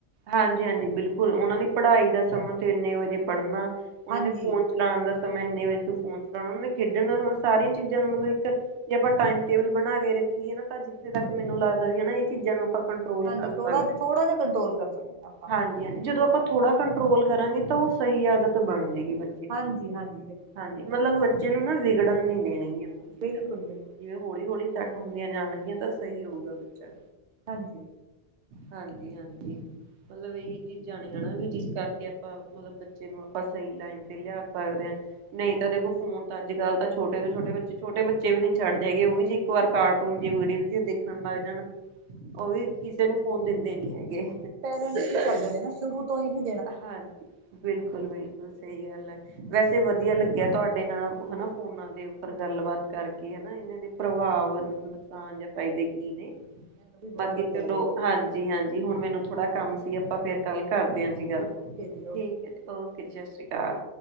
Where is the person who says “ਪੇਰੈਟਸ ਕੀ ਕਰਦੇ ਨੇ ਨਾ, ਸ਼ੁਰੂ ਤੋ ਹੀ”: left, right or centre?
Right